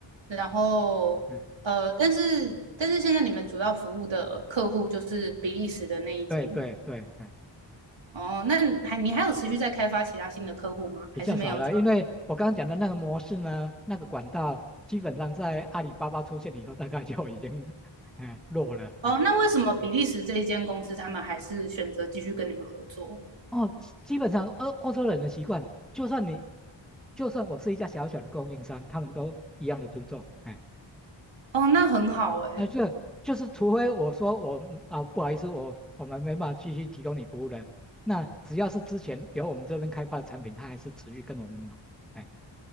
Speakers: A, on the right; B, in the centre.
A: 然后呃，
B: 嗯，
A: 但是但是现在你们主要服务的客户就是比利时的那一间。
B: 对对对，哎，
A: 哦，那还你还有持续在开发其他新的客户吗？还是没有就？
B: 比较少了，因为我刚刚讲的那个模式呢，那个管道基本上在阿里巴巴出现以后，大概就已经哎弱了，
A: 哦，
B: 哎。
A: 那为什么比利时这一间公司他们还是选择继续跟你们合作？
B: 对哦，基基本上欧欧洲人的习惯，就算你，就算我是一家小小的供应商，他们都一样的尊重。哎
A: 哦，那很好诶。
B: 啊，这就是除非我说我们啊不好意思，我我们没办法继续提供你服务了。那只要是之前由我们这边开发的产品，他还是持续跟我们买。哎